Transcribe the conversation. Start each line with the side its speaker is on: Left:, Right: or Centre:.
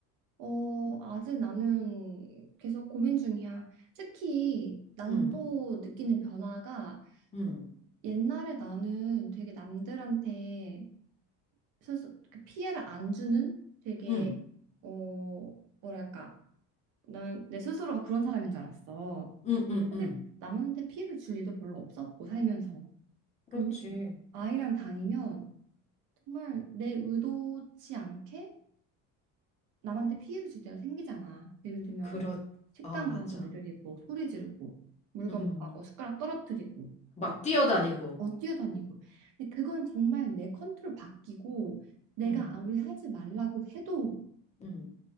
Right: 어, 아직 나는 계속 고민 중이야. 특히 나는
Left: 응,
Right: 또 느끼는 변화가
Left: 응,
Right: 어, 옛날에 나는 되게 남들한테 스스 그 피해를 안 주는 되게
Left: 응,
Right: 어 뭐랄까 나는 내 스스로가 그런 사람인 줄 알았어.
Left: 응, 응,
Right: 사실
Left: 응.
Right: 남한테 피해를 줄 일도 별로 없었고 살면서.
Left: 그렇지.
Right: 근데 아이랑 다니면 정말 내 의도치 않게 남한테 피해를 줄 때가 생기잖아. 예를 들면
Left: 그렇,
Right: 식당
Left: 아, 맞아.
Right: 가서 애들이 뭐 소리 지르고 물건
Left: 음,
Right: 막 뭐 숟가락 떨어뜨리고
Left: 막
Right: 막
Left: 뛰어다니고.
Right: 뛰어다니고. 근데 그건 정말 내 컨트롤 바뀌고 내가
Left: 음,
Right: 아무리 하지 말라고 해도
Left: 음.